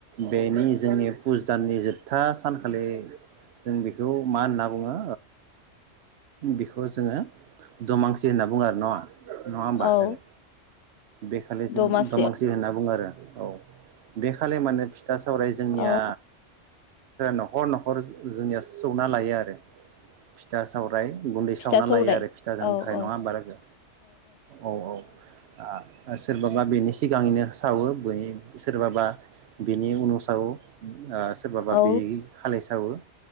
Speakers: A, on the right (about 60°); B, on the left (about 75°).
A: बेनि जोंनि फुज दाननि जोबथा सानखालि जों बेखौ मा होनना बुङो बेखौ जोङो दमांसि होनना बुङो आरो नङा। नङा होनबा
B: औ
A: लोगो। बे खालि जों
B: दमासियाव
A: दमांसि होनना बुङोब्ला औ बे खालि माने फिथा सावराय जोंनिया
B: औ
A: नखर नखर जोंनिया सौना लायो आरो फिथा साव आमफ्राय गुन्दै
B: फिथा
A: सौवना
B: सौराय
A: लायो आरो फिथा जानो
B: औ
A: थाखाय
B: औ
A: नङा होनबा लोगो औ औ ओ सोरबाबा बेनि सिगाङैनो सावो बेनि सोरबाबा बेनि उनाव सावो ओ सोरबाबा
B: औ
A: बे खालाय सावो